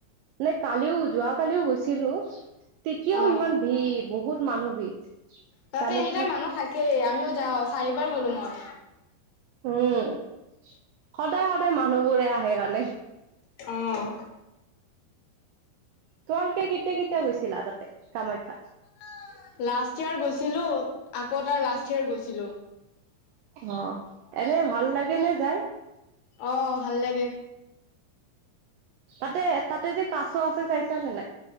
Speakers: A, on the right; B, on the left.
A: নে কালিও যোৱ কালিও গৈছিলোঁ। তেতিয়াও
B: অ',
A: ইমান ভিৰ, বহুত মানুহ ভিৰ।
B: তাতে
A: কামাখ্যাত
B: এনি টাইম মানুহ থাকেই আমিও যাওঁ আ চাৰিবাৰ গলো মই।
A: উম সদায় সদায় মানুহবোৰে আহে মানে
B: অহ,
A: তোমালোকে কেতিয়া কেতিয়া গৈছিলা তাতে, কামাখ্যাত?
B: <unintelligible> লাষ্ট ইয়াৰ গৈছিলো আকৌ তাৰ লাষ্ট ইয়াৰ গৈছিলো।
A: অ, এনেই ভাল লাগে নে যায়?
B: অহ, ভাল লাগে।
A: তাতে, তাতে যে কাছ আছে চাইছা নে নাই?